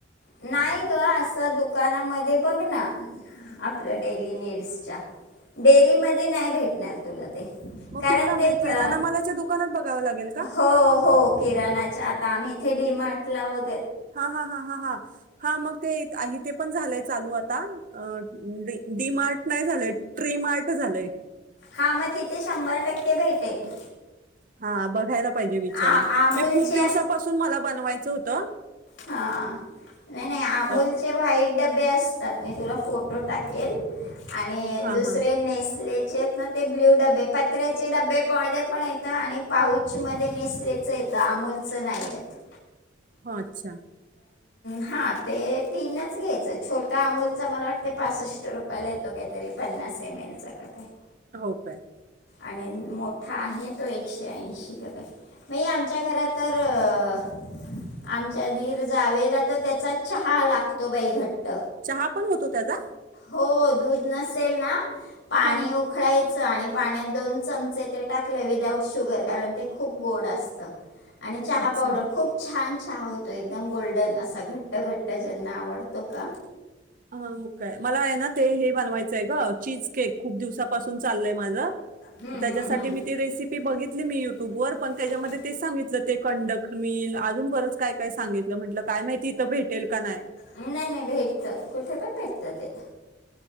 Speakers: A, on the left (about 80°); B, on the right (about 45°).
A: नाही ग अस दुकानामध्ये बघ ना आपल्या डेली नीड्सच्या डेअरी मध्ये नाही भेटणार तुला. कारण
B: मग कुठला
A: ते
B: म्हणजे
A: प्र
B: किराणा मालाच्या दुकानात बघावं लागेल का
A: हो हो किराणाच्या आ आम्ही इथे डी मार्टला व
B: हा हा हा ह हा हा मग ते ते पण झालंय चालू आता अ डी मार्ट नाही झालंय ट्री मार्ट झालंय.
A: हा मग तिथे शंभर टक्के भेटेल.
B: हा बघायला पाहिजे विचारून
A: आ अमूलचे
B: मी खूप दिवसापासून मला बनवायचं होतं
A: हा नाही नाही अमूलचे
B: अ,
A: वाईट डब बे असतात मी तुला फोटो टाकेल आणि
B: हा
A: दुसरे
B: हा
A: नेसले नं ते ब्ल्यू डबे पत्र्याचे डबे प पण येत आणि पाऊच मध्ये ते नेसलेच येतं अमूोलचं नाहीयेत.
B: हो अच्छा.
A: हा ते तीनच घ्यायचं छोटा अमूलच मला वाटतते पासष्ट रुपयाला येतो काहीतरी पन्नास <unintelligible>
B: हो काय.
A: आणि मोठा आहे तो एकशे ऐंशी कर मग आमच्या घरात तर आमच्या दीर जावेला तर त्याचा चहा लागतो बाई घट्ट.
B: चहा पण होतो त्याचा.
A: हो दूध नसेल ना पाणी
B: हा
A: उखळायचं आणि पाण्यात दोन चमचे ते टाकले विदाउट शुगर कारण ते खूप गोड असत. आणि चहा
B: अच्छा
A: पावडर खूप छान. चहा होतो एकदम गोल्डन असा घट्ट घट्ट ज्यांना आवडतो का.
B: हा काय मला आहे ना ते हे बनवायचंय ग चीज केक खूप दिवसापासून चाललय माझं.
A: हम्म हम्म
B: त्याच्यासाठी
A: हम्म.
B: मी ती
A: त्यासाठी
B: रेसिपी बघित ली मी
A: बघितली
B: युट्यूब वर पण त्याच्यामध्ये तेच सांगितलं ते कंडक्ट मिल अजून बरच काय काय सांगितलं म्हंटलं काय माहिती इथं भेटेल का नाही
A: नाही नाही भेटतं. कुठे भेटतं ते.